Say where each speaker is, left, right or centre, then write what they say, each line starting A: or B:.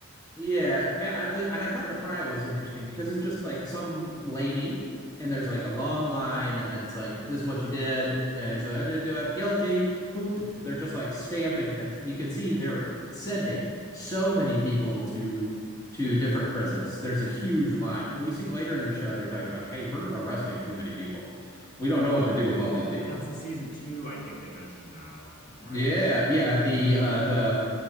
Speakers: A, on the left (about 15°); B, on the left (about 40°).
A: Yeah, eh, I, the, and I thought the trial was interesting because it's just like some lady, and there's like a long line, and then it's like, this is what you did. And he's like, I didn't do it. Guilty. Poop.
B: <laughs>
A: They're just like stamping things. And you can see they're sending so many people to to different prisons. There's a huge line. And we see later in the show they're talking about, hey, we're arresting too many people. We don't know what to do with all
B: Oh
A: these
B: yeah,
A: people.
B: that, that's in season two, I think they mentioned that, right?
A: Yeah, yeah. The
B: Okay.
A: uh the